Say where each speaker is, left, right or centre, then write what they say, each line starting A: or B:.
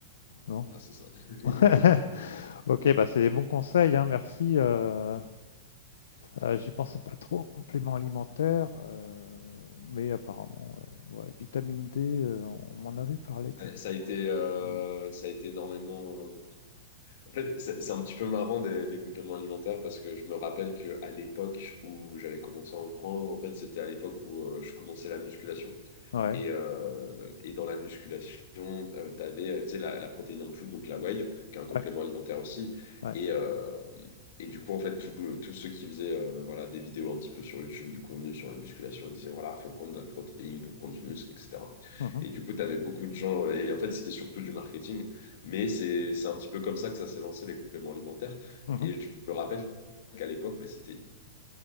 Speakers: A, on the left (about 85°); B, on the left (about 65°).
A: Non?
B: Voilà, c'est ça. <laughs>
A: <laughs> Ok, bah, c'est des bons conseils, hein, merci. euh, euh, j'y pensais pas trop, compléments alimentaires, euh, mais apparemment, ouais, ouais, vitamine D, euh, on m'en avait parlé plus
B: Ça
A: ou
B: ça a été, euh,
A: moins.
B: ça a été énormément. euh, En fait, c'est c'est un petit peu marrant des, les compléments alimentaires parce que je me rappelle que à l'époque où j'avais commencé à en prendre, en fait, c'était à l'époque où euh, je commençais la musculation.
A: Ouais,
B: Et, euh, et dans la musculation, tu avais tu sais, la, la protéine en plus donc la whey, qui est un complément
A: ouais,
B: alimentaire aussi.
A: ouais.
B: Et, euh, et du coup, en fait, tout le- tous ceux qui faisaient euh, voilà, des vidéos un petit peu sur YouTube, du contenu sur la musculation, ils disaient, voilà, il faut prendre de la protéine pour prendre du muscle, etc.
A: Mhm,
B: Et du coup, tu avais beaucoup de gens, et en fait, c'était surtout du marketing, mais c'est, c'est un petit peu comme ça que ça s'est lancé, les compléments alimentaires.
A: mhm.
B: Et je me rappelle qu'à l'époque, bah, c'était